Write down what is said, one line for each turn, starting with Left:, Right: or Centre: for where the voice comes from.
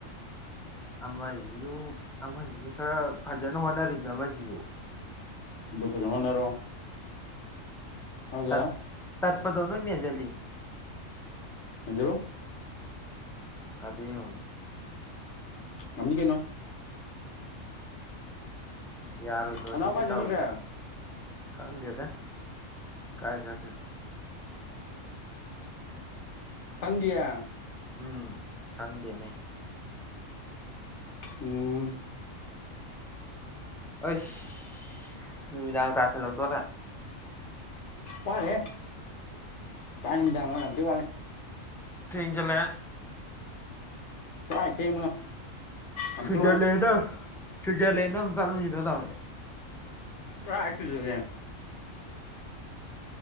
Centre: ꯑꯃꯥꯖꯤꯌꯨ ꯑꯃꯖꯤꯖꯨ ꯈꯔ ꯐꯥꯖꯅ ꯍꯣꯅꯔꯤꯝꯅꯦ ꯑꯃꯥꯖꯤꯌꯨ
Left: ꯗꯨ ꯐꯖ ꯍꯣꯠꯅꯔꯣ ꯑꯗꯨꯒ
Centre: ꯇꯠ ꯇꯠꯄꯗꯣ ꯅꯣꯏꯃꯦꯟꯖꯤꯂꯤꯅꯤ
Left: ꯑꯟꯖꯂꯣ
Centre: ꯀꯗꯥꯌꯧ
Left: ꯉꯝꯅꯤ ꯀꯩꯅꯣ
Centre: ꯌꯥꯔꯣꯏ ꯊꯣꯅꯤꯅꯦ
Left: ꯑꯅꯥꯎ ꯀꯥꯏ
Centre: ꯇꯧꯔꯤꯁꯤ
Left: ꯆꯠꯈ꯭ꯔꯒꯦ
Centre: ꯀꯪꯗꯦꯗ ꯀꯥꯏ ꯆꯠꯇꯣꯏꯅꯣ
Left: ꯈꯪꯗꯤꯌꯦ
Centre: ꯎꯝ ꯈꯪꯗꯦꯅꯦ
Left: ꯎꯝ
Centre: ꯑꯩꯁ ꯅꯨꯃꯤꯗꯥ ꯇꯥꯁꯜꯂꯛꯇꯣꯔꯦ
Left: ꯋꯥꯂꯤꯍꯦ ꯀꯥꯏ ꯅꯨꯃꯤꯗꯥꯡꯅꯣ ꯌꯥꯝ ꯊꯤ ꯋꯥꯠꯂꯤ
Centre: ꯇꯦꯡꯖꯤꯂꯑꯦ
Left: ꯀꯥꯏ ꯊꯦꯡꯕꯅꯣ ꯌꯥꯝ
Centre: ꯁꯨꯏꯖꯔꯂꯦꯟꯗ
Left: ꯊꯤ ꯋꯥꯠꯂꯤ
Centre: ꯁ꯭ꯨꯏꯖꯔꯂꯦꯟꯗ ꯑꯃ ꯆꯠꯂꯨꯁꯤꯗ ꯗꯃꯩ
Left: ꯀꯥꯔꯥꯏ ꯁꯨꯖꯔꯂꯦꯟ